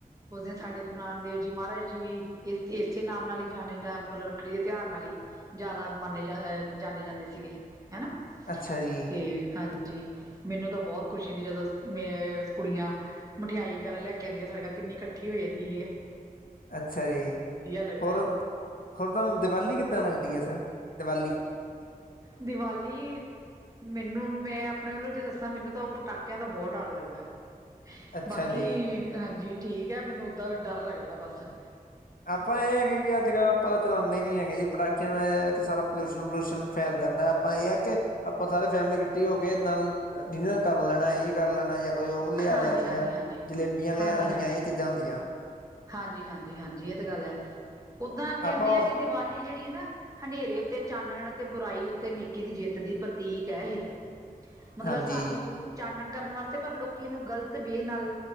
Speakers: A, on the right (about 20°); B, on the left (about 65°).
A: ਉਸ ਦਿਨ ਸਾਡੇ ਗੁਰੂ ਨਾਨਕ ਦੇਵ ਜੀ ਮਹਾਰਾਜ ਜੀ ਵੀ ਇਸ ਇਸੇ ਨਾਮ ਨਾਲ ਹੀ ਜਾਨੇ ਮਤਲਬ ਰੱਖੜੀ ਦੇ ਤਿਉਹਾਰ ਨਾਲ ਹੀ ਜ਼ਿਆਦਾ ਮਨੇ ਜਾਂ ਜਾਣੇ ਜਾਂਦੇ ਸੀਗੇ। ਹਨਾ
B: ਅੱਛਾ ਜੀ
A: ਤੇ ਹਾਂਜੀ। ਜੀ ਮੈਨੂੰ ਤਾਂ ਬਹੁਤ ਖੁਸ਼ੀ ਹੁੰਦੀ ਜਦੋਂ ਮੈਂ ਕੁੜੀਆਂ ਮਠਿਆਈ ਵਗੈਰਾ ਲੈ ਕੇ ਆਂਦੀ ਆ ਸਾਡੇ ਗੱਲ ਕਿੰਨੀ ਇਕੱਠੀ ਹੋ ਜਾਂਦੀ ਏ।
B: ਅੱਛਾ ਜੀ
A: ਲੱਗਦਾ
B: ਹੋਰ ਹੋਰ ਤੁਹਾਨੂੰ ਦੀਵਾਲੀ ਕਿੱਦਾਂ ਲੱਗਦੀ ਹੈ ਸਰ ਦੀਵਾਲੀ।
A: ਦੀਵਾਲੀ ਮੈਨੂੰ ਮੈਂ ਆਪਣੇ ਵੱਲੋਂ ਜੇ ਦੱਸਾਂ ਮੈਨੂੰ ਤਾਂ ਉਹ ਪਟਾਕਿਆਂ ਦਾ ਬਹੁਤ ਡਰ ਲੱਗਦਾ
B: ਅੱਛਾ
A: ਬਾਕੀ
B: ਜੀ।
A: ਹਾਂਜੀ! ਠੀਕ ਹੈ, ਮੈਨੂੰ ਓਦਾਂ ਡਰ ਲੱਗਦਾ ਬਸ ।
B: ਆਪਾਂ ਇਹ ਨੀ ਕਿਹਾ ਸੀਗਾ ਆਪਾਂ ਚਲਾਂਦੇ ਨੀ ਹੈਗੇ ਜੀ ਪਟਾਕਿਆਂ। ਇਹ ਕਿ ਸਾਰਾ ਪੋਲਿਊਸ਼ਨ ਪਲੂਊਸ਼ਨ ਫੈਲ ਜਾਂਦਾ ਆਪਾਂ ਇਹ ਹੈ ਕਿ ਆਪਾਂ ਸਾਰੇ ਫੈਮਿਲੀ ਇਕੱਠੀ ਹੋ ਕੇ ਨਾਲ ਡਿਨਰ ਕਰ ਲੈਣਾ ਇਹੀ ਕਰ ਲੈਣਾ ਜਾਂ। ਕੁਝ ਉਹ ਲਿਆ
A: ਹਾਂਜੀ-ਹਾਂਜੀ,
B: ਲੈਣੀਆਂ
A: ਹਾਂਜੀ।
B: ਜਲੇਬੀਆਂ ਲਿਆ
A: ਹਾਂਜੀ-ਹਾਂਜੀ,
B: ਲੈਣੀਆਂ ਇਹ
A: ਹਾਂਜੀ-ਹਾਂਜੀ,
B: ਚੀਜ਼ਾਂ ਹੁੰਦੀਆਂ।
A: ਹਾਂਜੀ ਹਾਂਜੀ। ਜੀ ਹਾਂਜੀ ਇਹ ਤਾਂ ਗੱਲ ਹੈ ਉੱਦਾਂ ਕਹਿੰਦੇ
B: ਆਪਾਂ
A: ਆ ਕਿ ਦੀਵਾਲੀ। ਜਿਹੜੀ ਨਾ ਹਨੇਰੇ ਉੱਤੇ ਚਾਨਣ ਤੇ ਬੁਰਾਈ ਉੱਤੇ ਨੇਕੀ ਦੀ ਜਿੱਤ ਦੀ ਪ੍ਰਤੀਕ ਐ ਇਹੇ। ਮਤਲਬ
B: ਹਾਂਜੀ
A: ਸਾਨੂੰ ਚਾਨਣ। ਕਰਨ ਵਾਸਤੇ ਪਰ ਲੋਕੀ ਇਹਨੂੰ ਗ਼ਲਤ ਵੇ ਨਾਲ